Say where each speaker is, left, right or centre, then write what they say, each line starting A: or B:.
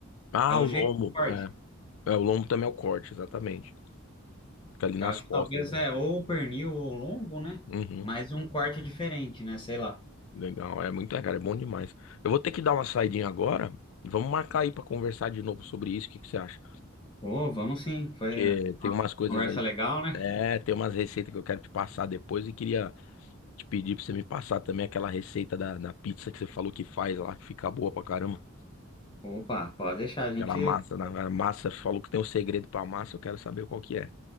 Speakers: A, on the left (about 70°); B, on the left (about 25°).
A: Ah,
B: é o
A: o
B: jeito
A: lombo.
B: do corte.
A: É, É, o lombo também é o corte, exatamente. Fica ali nas
B: Eu acho
A: costas.
B: que talvez
A: né?
B: é ou o pernil ou o lombo, né?
A: Uhum,
B: Mas um corte diferente, né? Sei lá.
A: legal. É muito legal, é bom demais. Eu vou ter que dar uma saidinha agora. Vamos marcar aí pra conversar de novo sobre isso. O que que você acha?
B: Ô, vamos sim. Foi
A: Porque
B: eh,
A: tem umas coisas
B: conversa
A: aí.
B: legal, né?
A: É, tem umas receitas que eu quero te passar depois e queria te pedir pra você me passar também aquela receita da, da pizza que você falou que faz lá, que fica boa pra caramba.
B: Opa, pode deixar a gente.
A: Aquela massa, né? A massa falou que tem um segredo pra massa, eu quero saber qual que é.